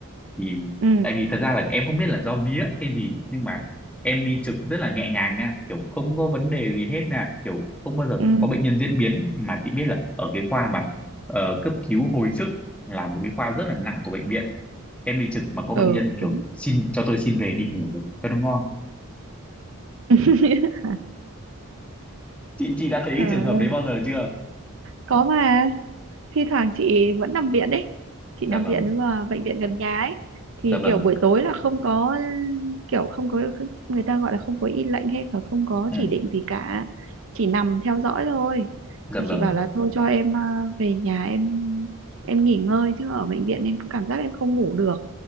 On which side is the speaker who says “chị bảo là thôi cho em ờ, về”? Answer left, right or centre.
Right